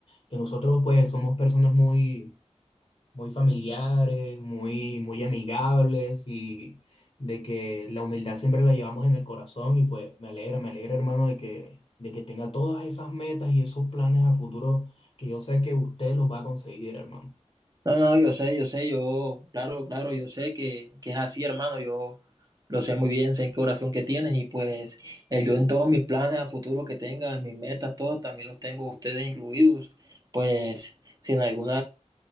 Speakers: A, on the left; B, on the right.
A: que nosotros pues somos personas muy muy familiares, muy, muy amigables y de que la humildad siempre la llevamos en el corazón y pues me alegra, me alegra hermano de que, de que tenga todas esas metas y esos planes a futuro que yo sé que usted los va a conseguir, hermano.
B: No, no, yo sé, yo sé, yo, claro, claro, yo sé que, que es así, hermano, yo lo sé muy bien, sé en qué oración que tienes y pues eh, yo en todos mis planes a futuro que tenga, en mis metas, todo, también los tengo ustedes incluidos, pues si en algún